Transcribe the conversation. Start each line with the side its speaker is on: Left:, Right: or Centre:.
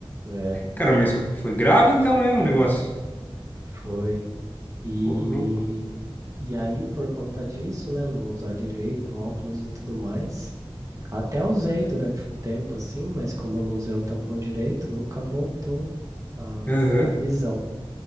Right: É,
Left: Cara, mas foi grave então, né, o negócio?
Right: foi. E,
Left: Ô, louco.
Right: e aí, por conta disso, né, não usar direito, óculos e tudo mais, até usei durante um tempo assim, mas como eu não usei o tampão direito, nunca voltou a,
Left: Uhum.
Right: a visão.